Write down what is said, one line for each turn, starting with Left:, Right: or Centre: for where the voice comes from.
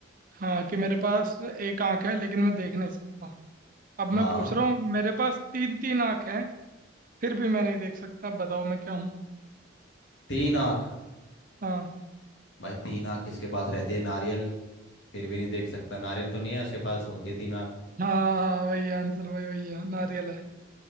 Right: हाँ कि मेरे पास एक आंख है लेकिन मैं देख नहीं सकता अब
Left: हाँ
Right: मैं पूछ रहा हूँ मेरे पास तीन तीन आंख हैं फिर भी मैं नहीं देख सकता अब बताओ मैं क्या हूँ
Left: तीन आँख
Right: हाँ
Left: भाई तीन आँख किसके पास रहती है नारियल फिर भी नहीं देख सकता नारियल तो नहीं है उसके पास होती है तीन आँख
Right: हाँ हाँ, वही आंसर भाई वही है नारियल है